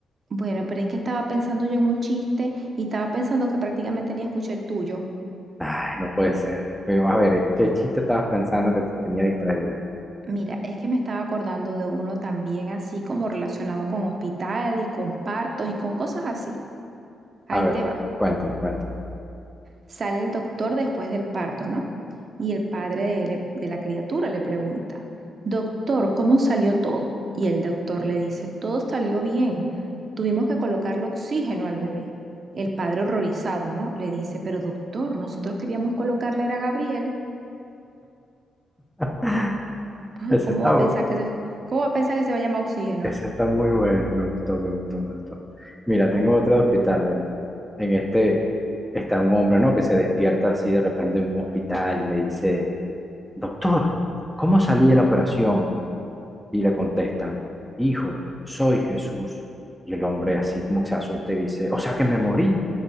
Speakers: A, on the right; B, in the centre.
A: Bueno, pero es que estaba pensando yo en un chiste y estaba pensando que prácticamente ni escuché el tuyo.
B: Ay, no puede ser. Pero a ver, ¿qué chiste estabas pensando que te tenía distraída?
A: Mira, es que me estaba acordando de uno también así como relacionado con hospital y con partos y con cosas así. Ahí
B: A ver,
A: te va.
B: cuéntame, cuéntame.
A: Sale el doctor después del parto, ¿no? Y el padre de, le- de la criatura le pregunta, Doctor, ¿cómo salió todo? Y el doctor le dice, todo salió bien. Tuvimos que colocarle oxígeno al bebé. El padre horrorizado, ¿no? Le dice, pero doctor, nosotros queríamos colocarle era a Gabriel.
B: <laughs>
A: Ah,
B: Ese
A: ¿cómo
B: está,
A: va a
B: bueno.
A: pensar que se, cómo va a pensar que se va a llamar oxígeno?
B: Ese está muy bueno, me gustó, me gustó, me gustó. Mira, tengo otro de hospital, ven. En este está un hombre, ¿no? Que se despierta así de repente en un hospital y le dice, Doctor, ¿cómo salí de la operación? Y le contestan, Hijo, soy Jesús. Y el hombre así como que se asusta y dice, O sea que me morí.